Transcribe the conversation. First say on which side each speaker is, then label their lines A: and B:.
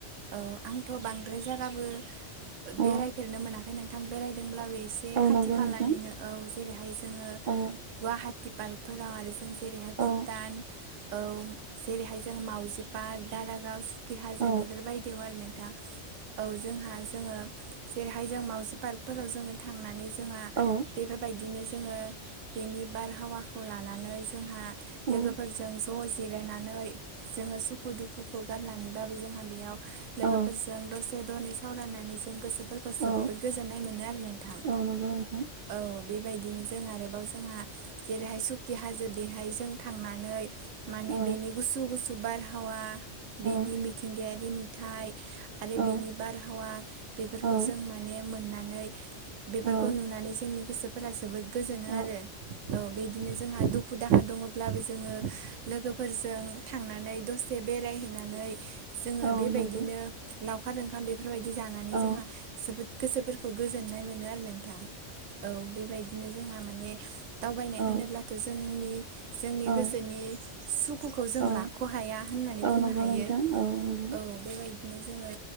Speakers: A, on the right (about 90°); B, on the right (about 55°).
A: औ आंथ' बांद्राय जायगाबो बेरायफेरनो
B: औ
A: मोनाखै नोंथां बेरायदोंब्लाबो एसे बे
B: औ
A: खाथि
B: नंगौ
A: खालानिनो
B: नोंथां
A: औ जेरैहाय जोङो
B: औ
A: गुवाहाटि पार्कफोराव आरो जों जेरैहाय भुटान
B: औ
A: औ जेरैहाय जों मावजि पार्क, दारागाव सुखि हाजो
B: औ
A: बेफोरबायदियाव आरो नोंथां। औ जोंहा जोङो जेरैहाय जों माउजि पार्कफोराव जोङो थांनानै जोंहा
B: औ
A: बेफोर बायदिनो जोङो बेनि बारहावाखौ लानानै जोंहा
B: औ
A: लोगोफोरजों ज' जिरायनानै जोङो सुखु दुखुखौ गारनानैबाबो जोंहा बेयाव लोगोफोरजो
B: औ
A: जों दसे दनै सावरायनानै जों गोसोफोरखौ
B: औ
A: जोबोद गोजोन्नाय मोनोआरो नोंथां।
B: औ नंगौ नोंथां
A: औ बेबायदिनो जों आरोबाव जोंहा जेरैहाय सुखि हाजो बेहाय जों थांनानै मान
B: औ
A: बेनि गुसु गुसु बारहावा बेनि
B: औ
A: मिथिंगायारि नुथाय आरो
B: औ
A: बेनि बारहावा बेफोरखौ
B: औ
A: जों माने मोननानै बेफोरखौ
B: औ
A: नुनानै जोंनि गोसोफोरा जोबोद गोजोनो
B: औ
A: आरो औ बेदिनो जोंहा दुख खु दाहा दङब्लाबो जोङो लोगोफोरजों थांनानै दसे बेरायहैनानै जोङो
B: औ
A: बेबायदिनो
B: नंगौ
A: लावखार ओंखाम बेफोरबायदि जाना नै
B: औ
A: जोंहा जोबोद गोसोफोरखौ गोजोननाय मोनो आरो नोंथां। औ बेबायदि नो जोंहा माने दावबायनाय
B: औ
A: होनोब्लाथ' जोंनि जोंनि
B: औ
A: गोसोनि सुखुखौ जों
B: औ
A: लाख' हाया होननानै
B: औ
A: बुंनो
B: नंगौ
A: हायो
B: नोंथां औ नंगौ
A: औ बेबायदिनो जोङो